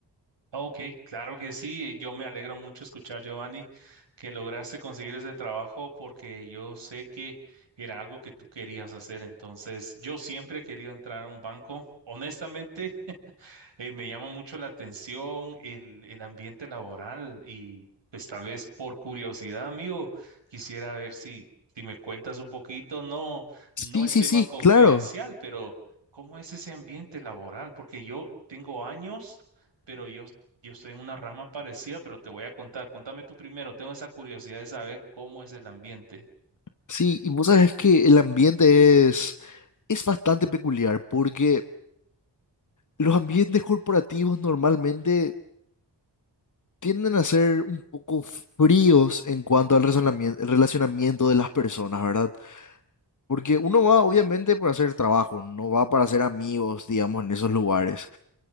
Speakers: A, on the right; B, on the left.
A: Ok, claro que sí. Yo me alegro mucho escuchar, Giovanni, que lograste conseguir ese trabajo porque yo sé que era algo que tú querías hacer. Entonces, yo siempre he querido entrar a un banco. Honestamente, <laughs> Eh, me llama mucho la atención el, el ambiente laboral y pues tal vez por curiosidad, amigo, quisiera ver si, si me cuentas un poquito, no, no
B: Sí,
A: el
B: sí,
A: tema
B: sí,
A: confidencial,
B: claro.
A: pero ¿cómo es ese ambiente laboral? Porque yo tengo años, pero yo, yo estoy en una rama parecida, pero te voy a contar. Contame tú primero, tengo esa curiosidad de saber cómo es el ambiente.
B: Sí, y vos sabes que el ambiente es, es bastante peculiar porque los ambientes corporativos normalmente tienden a ser un poco fríos en cuanto al razonamien- el relacionamiento de las personas, ¿verdad? Porque uno va obviamente para hacer el trabajo, no va para hacer amigos, digamos, en esos lugares.